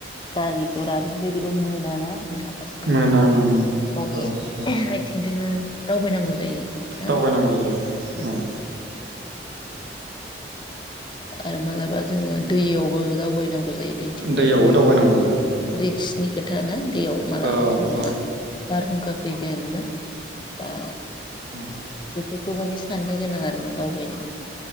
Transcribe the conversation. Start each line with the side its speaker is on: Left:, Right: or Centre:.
Left: गारि घुरा बेफोरबायदिबो मोना ना। औ ओ। माखासे
Right: मोना
Left: समाव
Right: मोना
Left: मानि
Right: औ औ
Left: <unintelligible> आथिंजोंनो दावबायनांगौ। जायो ना
Right: दावबायनांगौ जायो उम।
Left: आरो मालाबा जोङो दैयावबो दावबायनां गौ जायो दैथिंबो
Right: दैयावबो
Left: बेयावथ'
Right: दावबायनांगौ जायो औ
Left: रिक्सनि खोथा ना दैयाव मालाबा
Right: औ
Left: समाव
Right: औ
Left: मा बारहुंखा फैगोन ना बा
Right: अ।
Left: बेफोरखौ माने साननो गोनां आरोना दावबायनायाव।